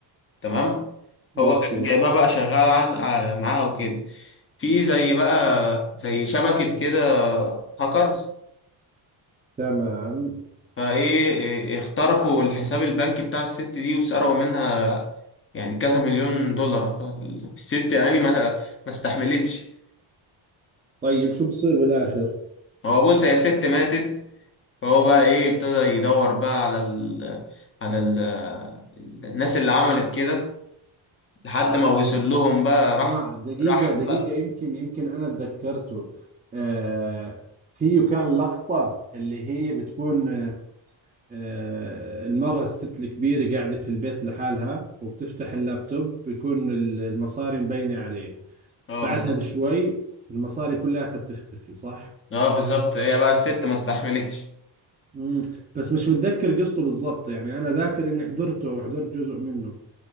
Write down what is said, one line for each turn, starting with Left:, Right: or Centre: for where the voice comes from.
Left: تمام
Right: أوكي
Left: هو كان جايبها بقى شغال عن ع- معاها وكده في زي بقى زي شبكة كده هاكرز
Right: تمام
Left: فايه إيه، اخترقوا الحساب البنكي بتاع الست دي وسرقوا منها يعني كذا مليون دولار فالست يعني ما ما استحملتش
Right: طيب شو بصير بالآخر؟
Left: هو بص هي ست ماتت فهو بقى ايه ابتدى يدور بقى على ال على ال الناس اللي عملت كده لحد ما وصل لهم بقى
Right: اسمع
Left: راح
Right: دقيقة
Left: راح
Right: دقيقة
Left: بقى
Right: يمكن يمكن أنا تذكرته آه فيه كان لقطة اللي هي بتكون آه، آه، المرأة الست الكبيرة قاعدة في البيت لحالها وبتفتح اللابتوب بيكون ال- المصاري مبينة عليه
Left: اه
Right: بعدها
Left: بالظبط
Right: بشوي المصاري كلها بتختفي صح؟
Left: اه بالظبط هي بقى الست ما استحملتش
Right: مم. بس مش متذكر قصته بالضبط يعني أنا ذاكر إني حضرته أو حضرت جزء منه